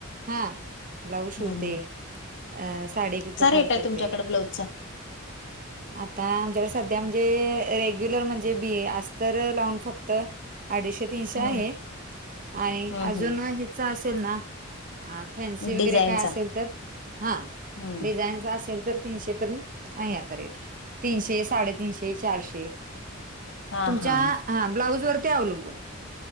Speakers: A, on the right; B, on the left.
A: हा ब्लाऊज शिवते
B: हम्म हम्म.
A: अं साडी पिको-फॉल
B: कसा रेट आहे
A: करते.
B: तुमच्याकडे ब्लाऊजचा?
A: आता आमच्याकडे सध्या म्हणजे रेग्युलर म्हणजे बी आस्तर लावून फक्त, अडीचशे तीनशे
B: हम्म
A: आहे. आणि
B: हम्म
A: अजून हिच असेल ना, फॅन्सी
B: हम्म.
A: वगैरे
B: डिझाईनचा
A: काय असेल तर, हा
B: हम्म.
A: डिझाईनच असेल तर, तीनशे पर्यंत आहे. आता रेट तीनशे साडेतीनशे चारशे.
B: हा
A: तुमच्या
B: हा.
A: हा ब्लाऊज वरती अवलंबून